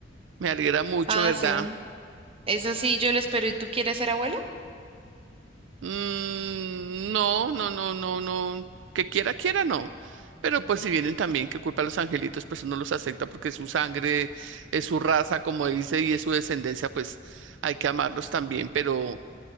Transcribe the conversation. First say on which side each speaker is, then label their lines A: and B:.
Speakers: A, on the right; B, on the right.
A: Me alegra mucho,
B: Ah,
A: ¿verdad?
B: sí, eso sí, yo lo espero. ¿Y tú quieres ser abuela?
A: Mm, no, no, no, no, no. Que quiera, quiera, no. Pero pues si vienen también, ¿qué culpa a los angelitos, pues uno los acepta porque es su sangre, es su raza, como dice, y es su descendencia, pues hay que amarlos también. Pero,